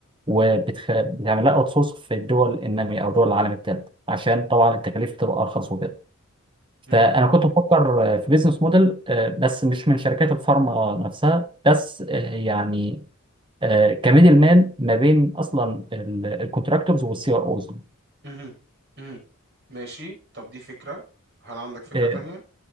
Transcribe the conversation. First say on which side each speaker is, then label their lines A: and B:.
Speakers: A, on the right; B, on the right.
A: وبتعمل لها اوت سورس في الدول الناميه او دول العالم الثالث عشان طبعا التكاليف تبقى ارخص وكده
B: مهم.
A: فانا كنت بفكر آه، في بيزنس موديل آه، بس مش من شركات الفارما نفسها بس آه، يعني آه، كميدل مان ما بين اصلا الكونتراكتورز والسي ار اوز
B: مهم. مهم. ماشي طب دي فكره هل عندك فكره
A: اه
B: تانية